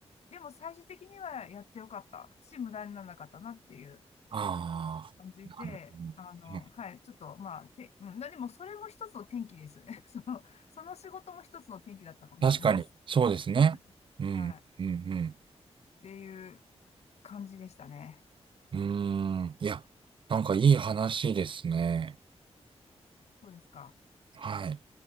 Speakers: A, on the left (about 70°); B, on the right (about 50°).
A: でも最終的にはやってよかったし、無駄にならなかったなっていう
B: あ、ああ、
A: 感じで、
B: なるほどうん
A: あの、はい、ちょっと、まあ、て、うん、でもそれも一つの転機ですよね。<laughs> その、その仕事も一つの転機だったかもしれないです。
B: 確かに、そうですね。
A: はい。
B: うん、
A: はいっ
B: うん、
A: ていう感じでしたね。
B: うん。うーん。いや、なんかいい話ですね。
A: そうですか。
B: はい。